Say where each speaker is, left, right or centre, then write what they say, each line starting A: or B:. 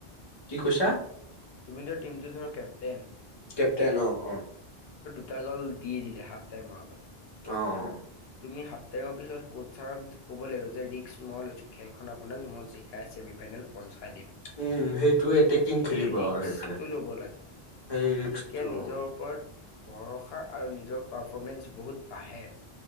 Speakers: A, on the left; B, on the left.
A: কি কৈছা?
B: তুমি ধৰ টিমটো ধৰ কেপ্তেইন
A: কেপ্টেইন অ অ
B: ফুতা গল দি দিলে হাফ টাইমৰ আগত
A: অ
B: তুমি সাপটাইমৰ পিছত কোচ ছাৰক ক'ব লাগিব যে ৰিক্ক ম লৈছো খেলখন আপোনাক মই জিকাই চেমি পাই ল পাই দিম
A: উম, সেইটো এটেকিং খেলিব
B: এই ৰিক্সটো
A: আৰু সেইফালে
B: লব লাগে
A: সেই ৰিক্সটো
B: তেতিয়া নিজৰ
A: অ'
B: ওপৰত ভৰসা আৰু নিজৰ পাৰফৰ্মেন্স বহুত বাহে